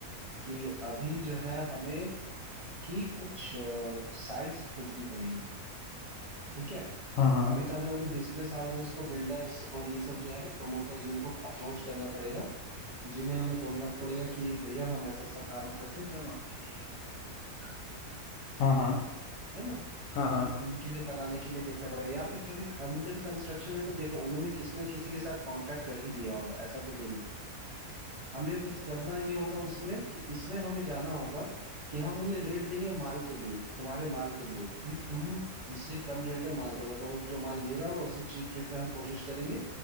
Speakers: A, on the right; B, on the left.
A: कि अभी जो है हमें कि कुछ साइट्स खोजनी पड़ेंगी ठीक है
B: हाँ हाँ
A: अभी तो हमें उन बिजनेस हाउसेस को बिल्डर्स और ये सब जो है ना प्रमोटर्स उनको अप्रोच करना पड़ेगा जिन्हें हमें बोलना पड़ेगा कि भैया हम ऐसा ऐसा काम करते हैं जो हम आपके लिए ये बनाते हैं ठीक है
B: हाँ हाँ
A: है ना
B: हाँ हाँ
A: तो उनके लिए बनाने के लिए देखना पड़ेगा या फिर जो भी अंडर कंस्ट्रक्शन है तो देखो उन्होंने किसी न किसी के साथ कॉन्ट्रैक्ट कर ही लिया होगा ऐसा तो नहीं है हमें बस करना ये होगा उसमें कि इसमें हमें जाना होगा कि हम उन्हें रेट देंगे माल के लिए तुम्हारे माल के लिए कि तुम इससे कम रेट में माल दो मतलब वो जो माल ले रहा होगा उससे चीप रेट में हम कोशिश करेंगे